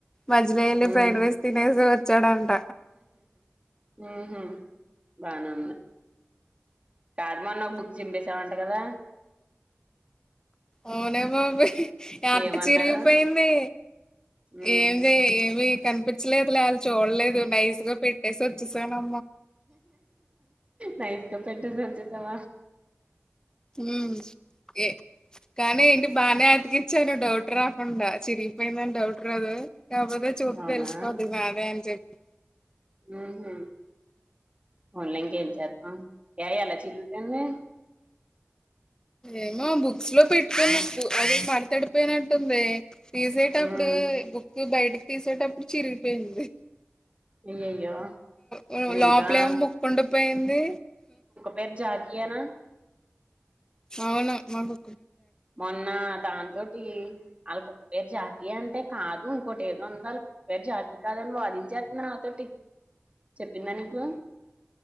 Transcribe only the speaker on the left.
మధ్యలో ఎల్లి
ఫ్రైడ్ రైస్ తినేసి ఓచ్చాడంట
అవునే బాబోయ్ అట్ట
చిరిగిపోయింది
ఏమింది ఏమి కనిపి లేదు లే చూడలేదు నైస్గా పెట్ తెసు వచ్చేసాను
ఊ ఏ కానీ ఇంటి బానే అతికిచ్చను డౌట్ రాకుండా చిరిగిపోయిందని డౌట్ రాదు కాకపోతే చూపు
తెలిసిపోది బానే అని చెప్పి
ఏమో బుక్స్ లో పెట్టుకొన అది మడతడి పో పోయినట్టుంది తీసేటప్పుడు
బుక్ బయటకి తీసేటప్పుడు చిరిగిపోయింది
లోలోపల
ఏమో ముక్కుండిపోయింది
అవును మాకు